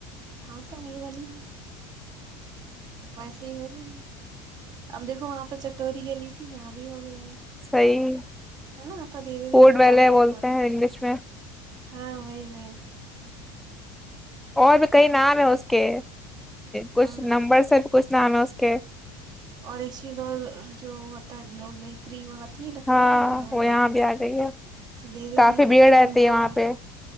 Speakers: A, on the right (about 45°); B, in the centre.
A: ہاں تو وہی بنے گی ویسے ہی ہو جائے گی اب دیکھو وہاں پہ چٹوری گلی تھی یہاں بھی ہو گئی ہے
B: صیح
A: ہے نا تو دھیرے دھیرے
B: فڈ والے
A: ڈیولپ
B: بولتے
A: ہو رہا ہے
B: ہیں انگلش میں
A: ہاں وہی بائی
B: اور بھی کئی نام ہے اس کے کوشن
A: ہوں
B: نمبر سر کو ہاں نمسکے
A: اور ایک چیز اور جو ہوتا ہے گوب بیکری وہاں تھی لکھنؤ
B: ہاں
A: کی یہاں
B: وہ
A: جائیے
B: بھی آ گئی ہے
A: تو دھیرے
B: کافی
A: دھیرے
B: بھیڑ
A: سب
B: رہتی
A: امپروو
B: ہے وہاں پہ